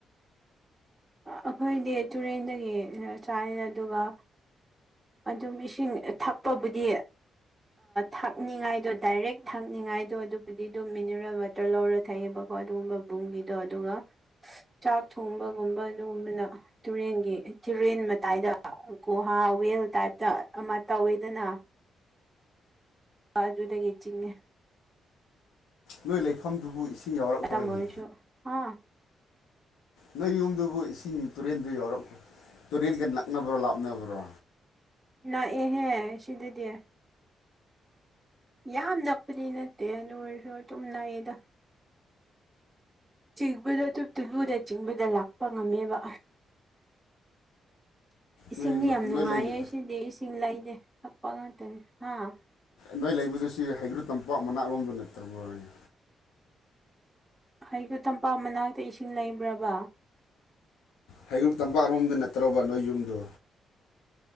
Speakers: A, on the right; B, on the left.
A: ꯑꯩꯈꯣꯏꯗꯤ ꯇꯨꯔꯦꯟꯗꯒꯤ ꯆꯥꯏ ꯑꯗꯨꯒ ꯑꯗꯨꯝ ꯏꯁꯤꯡ ꯊꯛꯄꯕꯨꯗꯤ ꯊꯛꯅꯤꯡꯉꯥꯏꯗꯣ ꯗꯥꯏꯔꯦꯛ ꯊꯥꯛꯅꯤꯡꯉꯥꯏꯗꯣ ꯑꯗꯨꯕꯨꯗꯤ ꯑꯗꯨꯝ ꯃꯤꯅꯔꯦꯜ ꯋꯥꯇꯔ ꯂꯧꯔ ꯊꯛꯑꯕ ꯑꯗꯨꯒꯨꯝꯕ ꯕꯨꯝꯒꯤꯗꯣ ꯑꯗꯨꯒ ꯆꯥꯛ ꯊꯣꯡꯕꯒꯨꯝ ꯑꯗꯨꯒꯕꯅ ꯇꯨꯔꯦꯟꯒꯤ ꯇꯨꯔꯦꯟ ꯃꯇꯥꯏꯗ ꯒꯨꯍꯥ ꯋꯦꯜ ꯇꯥꯏꯞꯇ ꯑꯃ ꯇꯧꯋꯦꯗꯅꯥ ꯑꯥꯗꯨꯗꯒꯤ ꯆꯤꯡꯉꯦ
B: ꯅꯣꯏ ꯂꯩꯐꯝꯗꯨꯕꯨ ꯏꯁꯤꯡ ꯌꯥꯎꯔꯛꯈ꯭ꯔꯅꯤ
A: ꯇꯝ ꯑꯣꯏꯔꯁꯨ ꯍꯥ
B: ꯅꯣꯏ ꯌꯨꯝꯗꯨꯕꯨ ꯏꯁꯤꯡ ꯇꯨꯔꯦꯟꯗꯨ ꯌꯥꯎꯔꯛꯄ ꯇꯨꯔꯦꯟꯒ ꯅꯛꯅꯕ꯭ꯔꯣ ꯂꯥꯞꯅꯕ꯭ꯔꯣ
A: ꯅꯛꯑꯦꯍꯦ ꯁꯤꯗꯗꯤ ꯌꯥꯝ ꯅꯛꯄꯗꯤ ꯅꯠꯇꯦ ꯑꯗꯨ ꯑꯣꯏꯔꯁꯨ ꯑꯗꯨꯝ ꯅꯛꯏꯗ ꯆꯤꯡꯕꯗ ꯇꯨꯞ ꯇꯨꯂꯨꯅ ꯆꯤꯡꯕꯗ ꯂꯥꯛꯄ ꯉꯝꯃꯦꯕ ꯏꯁꯤꯡꯗꯤ
B: ꯅꯣꯏ
A: ꯌꯥꯝ ꯅꯨꯡꯉꯥꯏꯌꯦ
B: ꯅꯣꯏ ꯂꯩꯕ
A: ꯁꯤꯗꯤ ꯏꯁꯤꯡ ꯂꯩꯗꯦ ꯊꯛꯄ ꯉꯥꯛꯇꯅꯦ ꯍꯥꯥ
B: ꯅꯣꯏ ꯂꯩꯕꯗꯨ ꯁꯤ ꯍꯩꯒ꯭ꯔꯨ ꯇꯝꯄꯥꯛ ꯃꯅꯥꯛ ꯂꯣꯝꯗ ꯅꯠꯇ꯭ꯔꯕꯅꯦ
A: ꯑꯩꯗꯣ ꯇꯝꯄꯥꯛ ꯃꯅꯥꯛꯇ ꯏꯁꯤꯡ ꯂꯩꯕ꯭ꯔꯕ
B: ꯍꯩꯔꯨꯛ ꯇꯝꯄꯥꯛꯔꯣꯝꯗ ꯅꯠꯇ꯭ꯔꯔꯕ ꯅꯣꯏ ꯌꯨꯝꯗꯨ